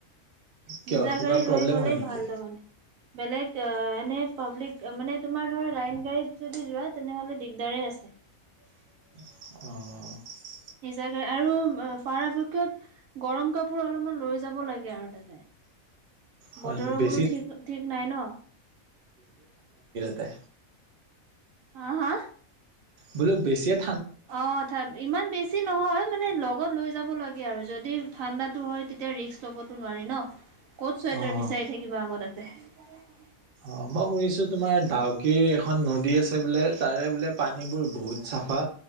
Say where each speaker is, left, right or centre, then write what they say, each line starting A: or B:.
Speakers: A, on the right; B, on the right.
A: কিয়
B: নিজা
A: কিবা
B: গাড়ী
A: প্ৰব্লেম
B: লৈ গলেই
A: হয় নেকি
B: ভাল তাৰমানে, বেলেগ এনে পাব্লিক মানে তোমাৰ ধৰা লাইন গাড়ীত যদি যোৱা তেনেহলে দিগদাৰে আছে।
A: অৱ
B: নিজাকে আৰু পৰাপক্ষত গৰম কাপোৰ অলপমান লৈ যাব লাগে আৰু তাতে।
A: হয়
B: বতৰৰ
A: নেকি বেছি
B: কোনো ঠিক ঠিক নাই ন।
A: তে
B: হা হা।
A: বোলো বেছিয়েত
B: অ ইমান বেছি নহয় মানে লগত লৈ যাব লাগে। আৰু যদি ঠাণ্ডাতো হয়, তেতিয়া ৰিস্ক ল'বতো নোৱাৰি ন। ক'ত চুৱেটাৰ
A: অ'
B: বিচাৰি থাকিবা আকৌ তাতে। <unintelligible>
A: অৱ মই শুনিছো তোমাৰ ডাউকীৰ এখন নদী আছে বোলে তাৰে বোলে পানীবোৰ বহুত চাফা?